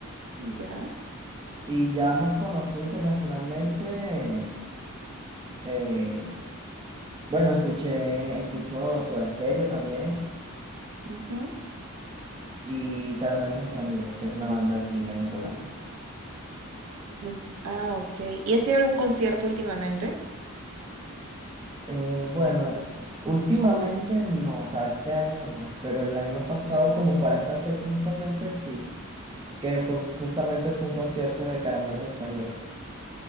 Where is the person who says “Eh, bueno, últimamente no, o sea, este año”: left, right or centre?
Right